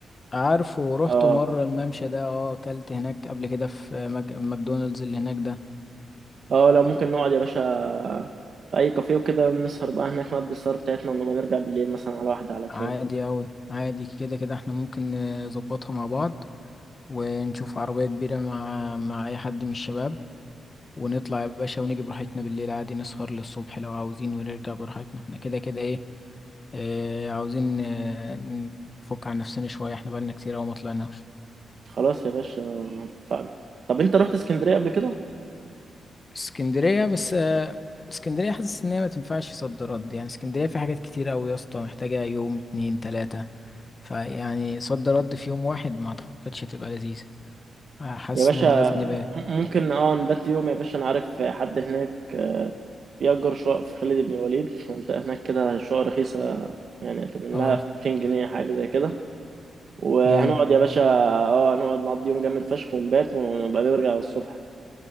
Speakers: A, on the left (about 35°); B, on the right (about 60°).
A: عارفه روحته
B: اه
A: مرة الممشى ده اه أكلت هناك قبل كده في مك... ماكدونالدز اللي هناك ده
B: اه لا ممكن نقعد يا باشا في أي كافيه وكده نسهر بقى هناك نقضي السهر بتاعتنا ونبقى نرجع بالليل مثلا على واحدة على اتنين
A: عادي
B: كده.
A: أوي عادي كده كده احنا ممكن نظبطها مع بعض ونشوف عربية كبيرة مع مع أي حد من الشباب ونطلع يا باشا ونيجي براحتنا بالليل عادي نسهر للصبح لو عاوزين ونرجع براحتنا احنا كده كده ايه اه عاوزين آه، نفك عن نفسنا شوية احنا بقالنا كتير أوي ما طلعناش
B: خلاص يا باشا اتفقنا طب أنت رحت اسكندرية قبل كده؟
A: اسكندرية بس آه، اسكندرية حاسس ان هي ما تنفعش صد رد يعني اسكندرية في حاجات كتير أوي يا اسطى محتاجة يوم اتنين تلاتة فيعني صد رد في يوم واحد ما اعتقدش هتبقى لذيذة آه، حاسس
B: يا باشا
A: ان احنا لازم نبقى
B: م- ممكن اه نبات يوم يا باشا انا عارف حد هناك آه، بيأجر شقق في خالد بن الوليد في منطقة هناك كده شقق رخيصة يعني تمن
A: اه
B: لها 200 جنيه حاجة زي كده وهنقعد
A: جامد
B: يا باشا اه هنقعد نقضي يوم جامد فشخ ونبات ونبقى نرجع الصبح